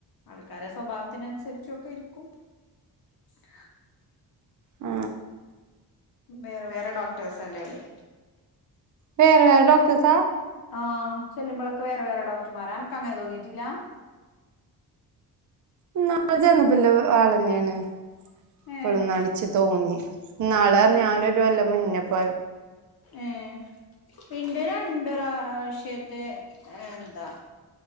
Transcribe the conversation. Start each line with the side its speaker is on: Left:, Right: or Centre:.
Left: ആൾക്കാരെ സ്വഭാവത്തിനനുസരിച്ചും ഒക്കെ ഇരിക്കും. <inaudible>
Right: ആ
Left: വേറെ വേറെ ഡോക്ടേഴസ് അല്ലേ ഇവടെ
Right: വേറെ വേറെ ഡോക്ടേഴ്സാ
Left: ആ ചെല്ലുമ്പോളൊക്കെ വേറെ വേറെ ഡോക്ടർമാരാ അനക്ക് അങ്ങനെ തോന്നിട്ടില്ലാ
Right: ഇന്നാള് ചെന്നപ്പോള്ള ആളന്നെയാണ് ഇപ്പോളുന്ന്ച്ച്
Left: ഏ
Right: തോന്നി. ഇന്നാള്
Left: ഏ
Right: ഞാനൊരു കൊല്ലം മുന്നേ പോയ...
Left: ഏ... എന്റെ രണ്ട് പ്രാവശ്യറ്റെ യെ.. എന്താ